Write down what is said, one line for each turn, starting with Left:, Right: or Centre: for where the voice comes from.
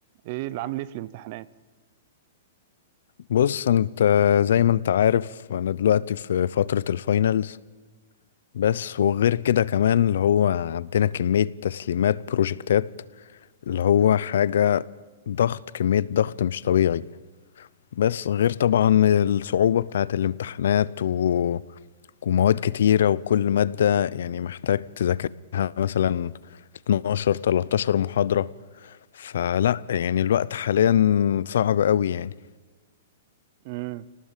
Right: ايه اللي عامل ايه في الامتحانات
Left: بص انت زي ما انت عارف انا دلوقتي في فترة الفاينلز بس وغير كده كمان اللي هو عندنا كمية تسليمات بروجكتات اللي هو حاجة ضغط كمية ضغط مش طبيعي بس غير طبعا الصعوبة بتاعة الامتحانات و... ومواد كتيرة وكل مادة يعني محتاج تذاكرها مثلا 12 13 محاضرة فلا يعني الوقت حاليا صعب قوي يعني
Right: امم